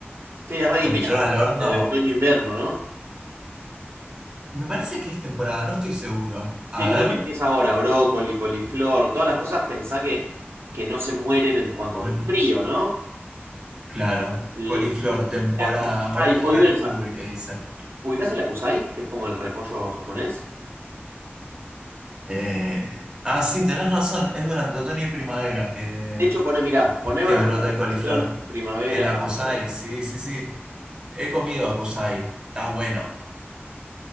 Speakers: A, on the right (about 85°); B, on the right (about 20°).
A: Sí, es re de invierno,
B: coliflor al horno
A: aparte, de otoño-invierno, ¿no?
B: Me parece que es temporada, no estoy seguro. A
A: Sí, creo
B: ver.
A: que empieza ahora, brócoli, coliflor, todas las cosas, pensá que, que no se mueren en cuando
B: Coli.
A: el frío, ¿no?
B: Claro.
A: El,
B: Coliflor,
A: el,
B: temporada.
A: la kusai,
B: Voy a fijar
A: hoy ves,
B: en Google qué dice.
A: ¿ubicás el acusai, que es como el repollo japonés?
B: Eh, Ah, sí, tenés razón. Es durante otoño y primavera que,
A: De hecho, pone, mirá, pone
B: que
A: verduras
B: brota
A: de
B: el coliflor.
A: estación, primavera,
B: El acusai,
A: otoño.
B: sí, sí, sí. He comido acusai. Está bueno.